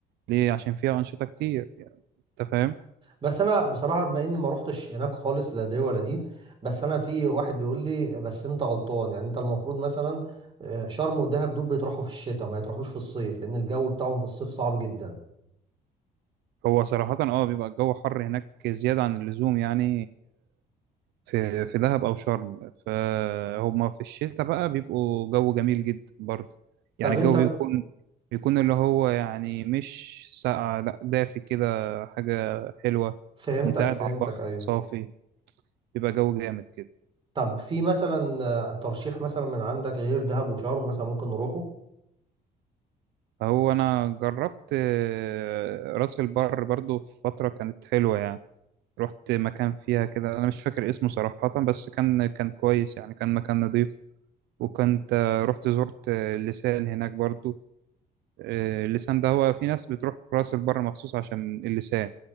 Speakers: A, on the right; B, on the right.
A: ليه عشان فيها أنشطة كتير يعني انت فاهم
B: بس انا بصراحه بما اني ما روحتش هناك خالص لا دي ولا دي بس انا في واحد بيقول لي بس انت غلطان يعني انت المفروض مثلا آه، شرم ودهب دول بيطرحوا في الشتاء ما يطرحوش في الصيف لان الجو بتاعهم في الصيف صعب جدا
A: هو صراحة اه بيبقى الجو حر هناك زيادة عن اللزوم يعني في في دهب أو شرم فهما في الشتاء بقى بيبقوا جو جميل جدا برضه
B: طب
A: يعني الجو
B: انت م-
A: بيكون بيكون اللي هو يعني مش ساقع لا دافي كده حاجة حلوة
B: فهمتك
A: وانت قاعد
B: فهمتك
A: على البحر
B: ايوه
A: صافي بيبقى جو جامد كده
B: طب في مثلا آه، ترشيح مثلا من عندك غير دهب وشرم مثلا ممكن نروحه
A: هو انا جربت آه، راس البر برضو في فتره كانت حلوه يعني رحت مكان فيها كده انا مش فاكر اسمه صراحه بس كان كان كويس يعني كان مكان نظيف وكنت آه، رحت زرت آه، اللسان هناك برضو آه، اللسان ده هو في ناس بتروح راس البر مخصوص عشان اللسان